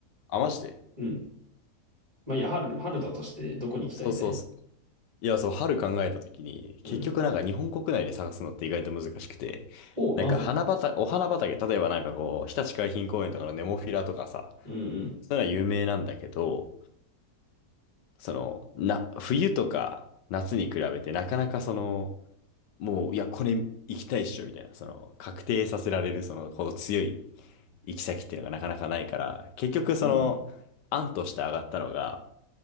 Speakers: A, on the left; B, on the right.
A: あ、マジで。
B: うん。まあいいや、春、春だとしてどこに行きたいんだい
A: そうそうそう。いや、そう、春考えたときに、
B: うん。
A: 結局なんか日本国内で探すのって意外と難しくて、
B: お、
A: なんか花畑、
B: なぜ
A: お花畑、例えばなんかこう、日立海浜公園とかのネモフィラとかさ、
B: うんうん。
A: そういうのは有名なんだけど、その、な、冬とか夏に比べてなかなかその、もう、いや、これ行きたいっしょ、みたいな、その、確定させられる、その、ほど強い行き先っていうのがなかなかないから、結局その、
B: うんうん。
A: 案として上がったのが、